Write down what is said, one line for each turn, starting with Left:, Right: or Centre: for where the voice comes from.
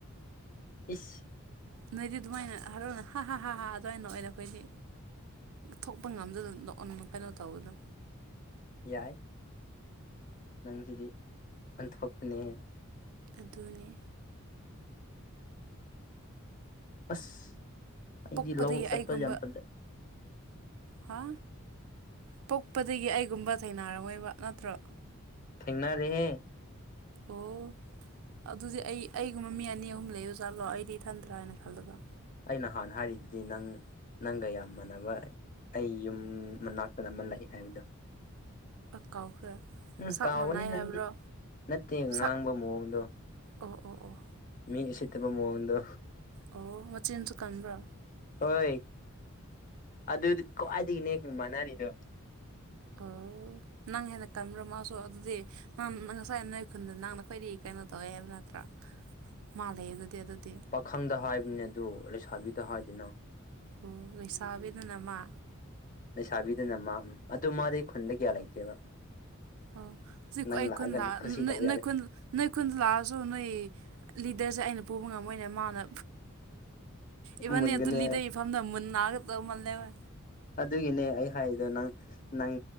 Left: ꯏꯁꯁ
Right: ꯅꯣꯏꯗꯤ ꯑꯗꯨꯃꯥꯏꯅ ꯍꯔꯥꯎꯅ ꯍꯥ ꯍꯥ ꯑꯗꯨꯃꯥꯏꯅ ꯑꯣꯏꯅꯔꯦ ꯑꯩꯈꯣꯏꯗꯤ ꯊꯣꯛꯄ ꯉꯝꯗꯗꯅ ꯀꯩꯅꯣ ꯇꯧꯕꯅ
Left: ꯌꯥꯏ ꯅꯪꯁꯤꯗꯤ ꯑꯣꯟꯊꯣꯛꯄꯅꯦ
Right: ꯑꯗꯨꯅꯤ
Left: ꯑꯁ ꯑꯩꯗꯤ
Right: ꯄꯣꯛꯄꯗꯒꯤ
Left: ꯂꯧ ꯆꯠꯄ
Right: ꯑꯩꯒꯨꯝꯕ
Left: ꯌꯥꯝ ꯆꯟꯖꯦ
Right: ꯍꯥ ꯄꯣꯛꯄꯗꯒꯤ ꯑꯩꯒꯨꯝꯕ ꯊꯦꯡꯅꯔꯝꯉꯣꯏꯕ ꯅꯠꯇ꯭ꯔꯣ
Left: ꯊꯦꯡꯅꯔꯤꯍꯦ
Right: ꯑꯣ ꯑꯗꯨꯗꯤ ꯑꯩ ꯑꯩꯒꯨꯝꯕ ꯃꯤ ꯑꯅꯤ ꯑꯍꯨꯝ ꯂꯩ ꯑꯣꯖꯥꯠꯂꯣ ꯑꯩꯗꯤ ꯏꯊꯟꯗ꯭ꯔꯥ ꯍꯥꯏꯅ ꯈꯜꯂꯒ
Left: ꯑꯩꯅ ꯍꯥꯟꯅ ꯍꯥꯏꯔꯤꯗꯨꯗꯤ ꯅꯪ ꯅꯪꯒ ꯌꯥꯝ ꯃꯥꯟꯅꯕ ꯑꯩ ꯌꯨꯝ ꯃꯅꯥꯛꯇ ꯑꯃ ꯂꯥꯛꯑꯦ ꯍꯥꯏꯕꯗꯣ
Right: ꯀꯥꯎꯈ꯭ꯔꯦ
Left: ꯎꯝ
Right: ꯁꯛ
Left: ꯀꯥꯎꯒꯅꯤ
Right: ꯃꯅꯥꯏ ꯍꯥꯏꯕ꯭ꯔꯣ
Left: ꯅꯪꯗꯤ ꯅꯠꯇꯦ ꯉꯥꯡꯕ
Right: ꯁꯛ
Left: ꯃꯑꯣꯡꯗꯣ
Right: ꯑꯣ ꯑꯣ ꯑꯣ
Left: ꯃꯤ ꯎꯁꯤꯠꯇꯕ ꯃꯑꯣꯡꯗꯣ
Right: ꯑꯣ ꯃꯆꯤꯟꯁꯨ ꯀꯟꯕ꯭ꯔꯥ
Left: ꯍꯣꯏ ꯑꯗꯨꯗꯤ ꯈ꯭ꯋꯥꯏꯗꯒꯤ ꯅꯦ ꯃꯥꯟꯅꯔꯤꯗꯣ
Right: ꯑꯣ ꯅꯪ ꯍꯦꯟꯅ ꯇꯟꯕ꯭ꯔ ꯃꯥꯁꯨ ꯑꯗꯨꯗꯤ ꯅꯪ ꯅ ꯉꯁꯥꯏ ꯅꯣꯏ ꯈꯨꯟꯗ ꯅꯪꯅ ꯈ꯭ꯋꯥꯏꯗꯩ ꯀꯩꯅꯣ ꯇꯧꯋꯦ ꯍꯥꯏꯕ ꯅꯠꯇ꯭ꯔꯥ ꯃꯥ ꯂꯩ ꯑꯗꯨꯗꯤ ꯑꯗꯨꯗꯤ
Left: ꯄꯥꯈꯪꯗ ꯍꯥꯏꯕꯅꯦ ꯑꯗꯨ ꯂꯩꯁꯥꯕꯤꯗ ꯍꯥꯏꯗꯦꯅ
Right: ꯎ ꯂꯩꯁꯥꯕꯤꯗꯅ ꯃꯥ
Left: ꯂꯩꯁꯥꯕꯤꯗꯅ ꯃꯥ ꯎꯝ ꯑꯗꯨ ꯃꯥꯗꯤ ꯈꯨꯟꯗ ꯀꯌꯥ ꯂꯩꯇꯦꯕ
Right: ꯑꯣ ꯖꯤꯛ
Left: ꯅꯪ
Right: ꯀꯣ ꯑꯩ
Left: ꯂꯥꯛꯑꯒ
Right: ꯈꯨꯟ ꯂꯥꯛ
Left: ꯈꯨꯁꯤ
Right: ꯅꯣꯏ
Left: ꯇꯧꯕ
Right: ꯅꯣꯏ
Left: ꯌꯥꯔꯦ
Right: ꯈꯨꯟ ꯅꯣꯏ ꯈꯨꯟꯗ ꯂꯥꯛꯑꯁꯨ ꯅꯣꯏ ꯂꯤꯗꯔꯁꯦ ꯑꯩꯅ ꯄꯨꯕ ꯉꯝꯃꯣꯏꯅꯦ ꯃꯥꯅ ꯏꯕꯅꯤ
Left: ꯃꯨꯟꯒꯅꯤ
Right: ꯑꯗꯨ ꯂꯤꯗ
Left: ꯍꯥꯏꯌꯣ
Right: ꯏꯐꯝꯗ ꯃꯨꯟꯅꯒꯗꯧ ꯃꯥꯜꯂꯦꯕ
Left: ꯑꯗꯨꯒꯤꯅꯦ ꯑꯩ ꯍꯥꯏꯗꯣ ꯅꯪ ꯅꯪ